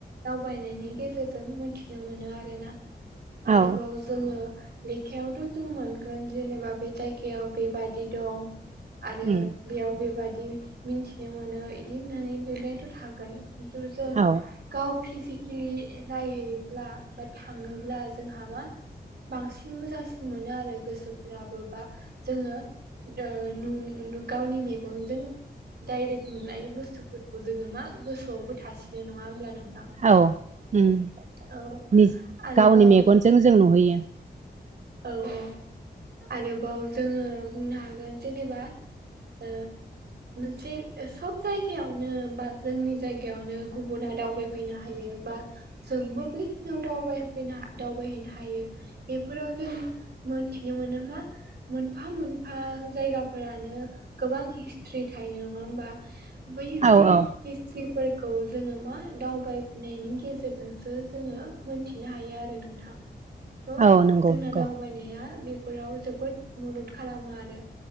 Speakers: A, on the right; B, on the right.
A: दावबायनायनि गेजेरजों मिथिनो मोनो आरो ना आरोबाव
B: औ
A: <unintelligible> जोङो लेखायावथ' जों मोनगोन जेनेबा बे जायगायाव बेबादि दं आरो
B: उम
A: बेयाव बेबादि मिन्थिनो मोनो बिदि होननानै लिरनायथ' थागोन। खिन्तु जों
B: औ
A: गाव फिजिकेलि नायहैयोब्ला बा थाङोब्ला जोंहा मा बांसिन मोजांसिन मोनो आरो गोसोफ्राबो बा जोङो ओ <unintelligible> गावनि मेगनजों डाइरेक्ट नुनाय बुस्थुफोरखौ जोङो मा गोसोआवबो थासिनो नङा होमब्ला नोंथां?
B: औ उम
A: औ
B: नि
A: आरोबाव
B: गावनि मेगनजों जों नुहैयो।
A: औ औ आरोबाव जोङो बुंनो हागोन जेनेबा
B: <inaudible>
A: ओ मोनसे सब जायगायावनो बा जोंनि जायगायावनो गुबुना दावबाय फैनो हायो बा जोंबो बे खिनाव दावबाय दावबायहैनो हायो बेफोराव जों मोनथिनो मोनो मा मोनफा मोनफा जायगाफोरानो गोबां हिसथ्रि थायो नङा ओमबा बैफोर
B: औ औ
A: हिसथ्रिफोरखौ जोङो मा दावबायनायनि गेजेरजोंसो जोङो मोनथिनो हायो आरो नोंथां।
B: <inaudible>
A: थ'
B: नंगौ
A: जोंना
B: नंगौ
A: दावबायनाया बे फोराव जोबोद मदद खालामो आरो